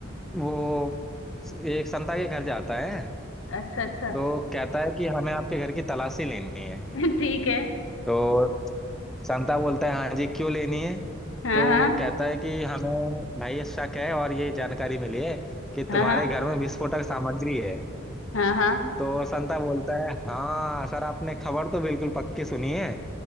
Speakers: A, in the centre; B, on the left.
A: वो स- एक संता के घर जाता है
B: अच्छा अच्छा
A: तो कहता है कि हमें आपके घर की तलाशी लेनी है
B: <laughs> ठीक है
A: तो संता बोलता है हाँ जी क्यों लेनी है
B: हाँ
A: तो
B: हाँ
A: वो कहता है कि हमें भाई ये शक है और ये जानकारी मिली है कि तुम्हारे
B: हाँ
A: घर में विस्फोटक सामग्री है
B: हाँ हाँ
A: तो संता बोलता है हाँ सर आपने खबर तो बिल्कुल पक्की सुनी है